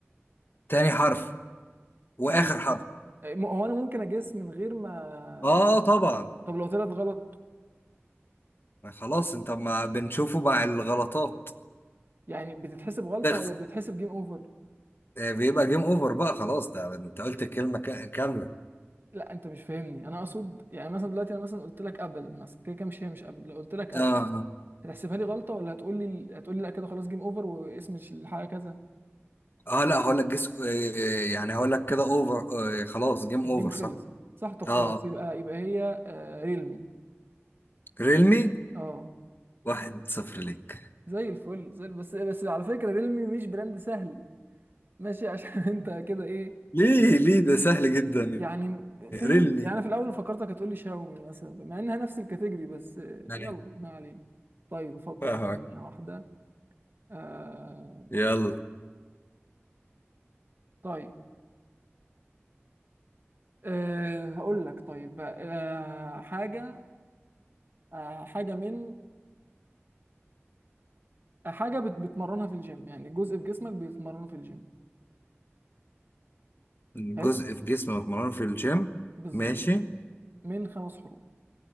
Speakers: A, on the left; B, on the right.
A: تاني حرف واخر
B: حلو
A: حرف
B: م- هو انا ممكن اجس من غير ما
A: اه طبعا
B: طب لو طلعت غلط
A: خلاص انت ما بنشوفه مع الغلطات
B: يعني بتتحسب غلطة
A: تخسر
B: ولا بتتحسب جيم اوفر
A: آه، بيبقى جيم اوفر بقى خلاص ده انت قلت الكلمه كا- كامله
B: لا انت مش فاهمني انا اقصد يعني مثلا دلوقتي انا مثلا قلت لك قبل مثلا كده كده مش هي مش قبل لو قلت لك قبل
A: اه اه
B: هتحسبها لي غلطة ولا هتقول لي هتقول لي لا كده خلاص جيم اوفر واسم الش- الحاجة كذا
A: آه، لا هقول لك جس آه، يعني هقول لك كده اوفر آه، خلاص جيم
B: الجيم
A: اوفر
B: خلص
A: صح
B: صح طب
A: اه
B: خلاص
A: آه.
B: يبقى يبقى هي آه ريلمي
A: ريلمي
B: اه
A: واحد صفر ليك
B: زي الفل زي ال- بس بس على فكرة ريلمي مش براند سهل ماشي <laughs> عشان انت كده ايه
A: ليه ليه ده سهل جدا
B: يعني فاهم
A: ريلمي
B: يعني انا في الاول فكرتك هتقولي شاومي مثلا مع انها نفس الكاتيجوري بس آه،
A: يعني
B: يلا ما علينا طيب افكر
A: فاهمك
B: انا في ثانية واحده آه
A: يلا
B: طيب آه هقول لك طيب بقى، آه حاجه آه حاجه من آه، حاجه بت بتمرنها في الجيم يعني جزء في جسمك بيتمرنه في الجيم
A: جزء
B: حلو
A: في جسم متمرن في الجيم
B: بالظبط
A: ماشي
B: من خمس حروف